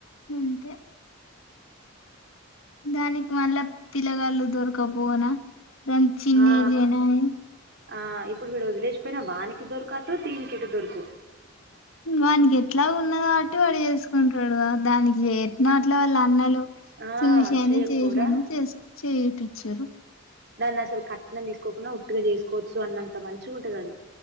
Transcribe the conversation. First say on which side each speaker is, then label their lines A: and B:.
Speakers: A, on the left; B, on the right.
A: అంతే దానికి మళ్ళా పిల్లగాలు దొరకపోనా రం చిన్నిజనాయి
B: ఆ ఆ ఇప్పుడు వీడు వదిలేసిపోయినా వానికి దొరకాతు దీనికి ఇట దొరుకు
A: వానికి ఎట్లా ఉన్నదో కాబట్టి వాడు చేసుకుంటడుా దానికి ఎట్న అట్లా వాళ్ళు అన్నలు
B: ఆ
A: చూశాను
B: చేయకపోరా
A: చేసాను చే చేప్పిచారు
B: దాన్ని అసలు కట్నం తీసుకోకుండా ఉట్టుగా చేసుకోవచ్చు అన్నంత మంచిగా ఉంటది అది